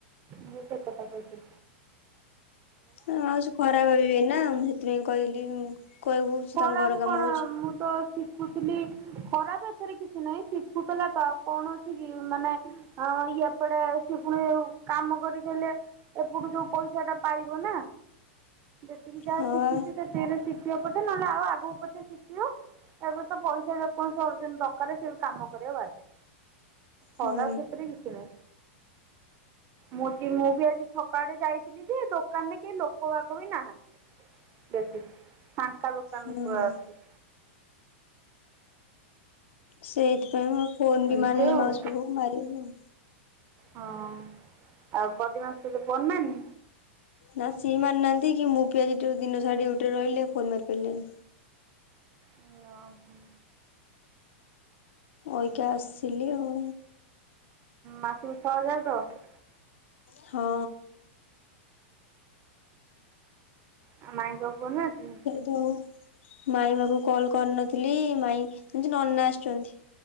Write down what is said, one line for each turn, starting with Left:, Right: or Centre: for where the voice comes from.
Right: ଠିକ୍ କଥା କହିଁଚୁ।
Left: ହ ଆଉ ସେ ଖରାପ୍ ବେଳେ ନା ମୁଁ ସେଥିପାଇଁ କହିଲି କହିବୁ ସେ
Right: ଖରାପ
Left: ତାଙ୍କ ଘର କାମ
Right: କଣ
Left: ହଉଛି।
Right: ମୁଁ ତ ଶିଖୁଥିଲି ଖରାପ ଏଥେରେ କିଛି ନାହିଁ ଶିଖୁଥିଲା ତ ଆଉ କଣ ଅଛି କି। କି ମାନେ ଏପଡେ ସିଏ ପୁଣି କାମ କରିଦେଲେ ଏପଟୁ ଯୋଉ ପଇସା ଟା ପାଇବ ନା ଯେତିକି ଯାହା
Left: ହଁ
Right: ଶିଖିଛି ସେଥିରେ ଶିଖିବ ପଛେ ନହେଲେ ଆଉ ଆଗକୁ ପଛେ ଶିଖିବ। ଏବେ ତ ପଇସା ଯେକୌଣସି ଅର୍ଜନ ଦରକାରେ ସେ କାମ କରିବାକୁ ବାଧ୍ୟ।
Left: ହୁଁ
Right: ଖରାପ୍ ସେଥିରେ କିଛି ନାହିଁ। ମୁଁ ଜି ମୁଁ ବି ଆଜି ଛକ ଆଡେ ଯାଇଥିଲି ଯେ ଦୋକାନରେ କେହି ଲୋକ ବାକ ବି ନାହାନ୍ତି। ବେସି ଫାଙ୍କା ଦୋକାନ
Left: ହୁଁ।
Right: ଗୁରା ଅଛି।
Left: ସେଇଥିପାଇଁ ମୁଁ ଆଉ ଫୋନ୍ ବି
Right: ଏମିତି
Left: ମାରିନି
Right: ଆଉ
Left: ମାଉସୀ ପାଖକୁ ମାରିବି ଆଉ।
Right: ହଁ ଆଉ ବଦି ମସି ତୋତେ ଫୋନ୍ ମାନ୍ ନି
Left: ନା ସିଏ ମାନ୍ ନାହାନ୍ତି କି ମୁଁ ପିଆ ଜିଟୁରୁ ଦିନ ସାରା ଡିଉଟିରେ ରହିଲି ଆଉ ଫୋନ ମାରପାରିଲିନି।
Right: ଓଁହୋ।
Left: ଓଇ କେ ଆସିଲି ଆଉ।
Right: ମାସକୁ ଛଜାର ତ?
Left: ହଁ।
Right: ଆଉ ମାଇଁଙ୍କୁ ଆଉ ଫୋନ୍ ମାର୍ ଥିଲୁ।
Left: <unintelligible> ମାଇଁ ମାଖକୁ କଲ୍ କରିନଥିଲି ମାଇଁ ଆଜି ନନା ଆସିଛନ୍ତି।